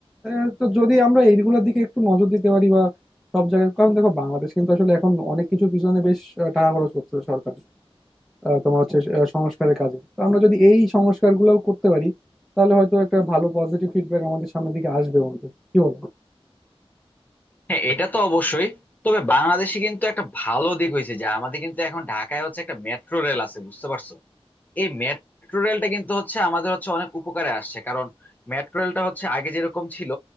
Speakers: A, in the centre; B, on the left.
A: আহ, তো যদি আমরা এইগুলোর দিকে একটু নজর দিতে পারি বা সব জায়গায় কারণ দেখো বাংলাদেশ কিন্তু আসলে এখন অনেক কিছু পিছনে বেশ আহ, টাকা খরচ করতেছে সরকার আহ, তোমার হচ্ছে আহ, সংস্কারের কাজে তো আমরা যদি এই সংস্কারগুলোও করতে পারি তাহলে হয়তো একটা ভালো পজিটিভ ফিডব্যাক আমাদের সামনের দিকে আসবে বন্ধু কি বলো
B: হ্যাঁ এটা তো অবশ্যই তবে বাংলাদেশে কিন্তু একটা ভালো দিক হয়েছে যে আমাদের কিন্তু এখন ঢাকায় হচ্ছে একটা মেট্রো রেল আছে বুঝতে পারছো এই মেট্রো রেলটা কিন্তু হচ্ছে আমাদের হচ্ছে অনেক উপকারে আসছে কারণ মেট্রো রেলটা হচ্ছে আগে যেরকম ছিল